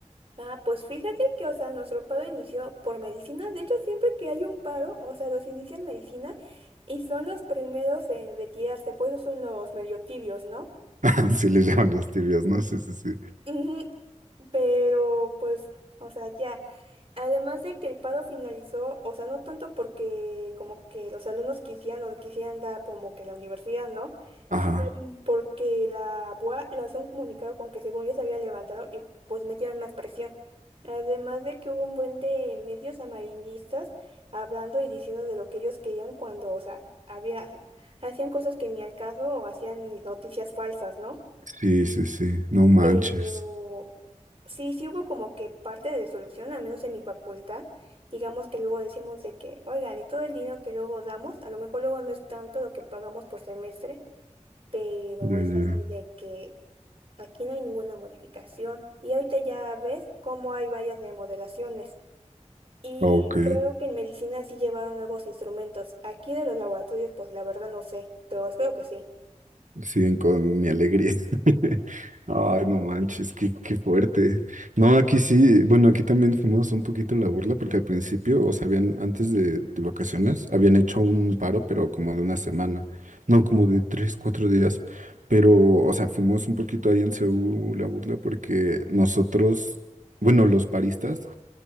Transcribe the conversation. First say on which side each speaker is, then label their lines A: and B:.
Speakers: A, on the right (about 45°); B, on the right (about 85°).
A: Ah, pues fíjate que, o sea, nuestro paro inició por medicina. De hecho, siempre que hay un paro, o sea, los inician medicina y son los primeros en retirarse, pues esos son los medio tibios, ¿no?
B: <laughs> Sí les llaman los tibios, ¿no? Sí, sí, sí.
A: Ujú, Pero pues, o sea, ya. Además de que el paro finalizó, o sea, no tanto porque como que los alumnos quisieran o quisieran dar como que la universidad, ¿no? Sino
B: Ajá.
A: porque la BUA lanzó un comunicado con que según ellos había levantado y pues metieron más presión. Además de que hubo un buen de medios amarillistas hablando y diciendo de lo que ellos querían cuando, o sea, había, hacían cosas que ni al caso o hacían noticias falsas, ¿no?
B: Sí, sí, sí. No manches.
A: Pero Sí, sí hubo como que parte de solución, al menos en mi facultad. Digamos que luego decíamos de que, oigan, y todo el dinero que luego damos, a lo mejor luego no es tanto lo que pagamos por semestre, pero
B: Ya,
A: es
B: ya.
A: así de que aquí no hay ninguna modificación. Y ahorita ya ves cómo hay vallas de modelaciones. Y
B: Ok.
A: creo que en medicina sí llevaron nuevos instrumentos. Aquí de los laboratorios, pues la verdad no sé, pero espero que sí.
B: Siguen con mi alegría. <laughs> Ay, no manches, qué, qué fuerte. No, aquí sí, bueno, aquí también fuimos un poquito la burla porque al principio, o sea, habían, antes de, de vacaciones, habían hecho un paro, pero como de una semana, no, como de tres, cuatro días. Pero, o sea, fuimos un poquito ahí en Seúl la burla porque nosotros, bueno, los paristas,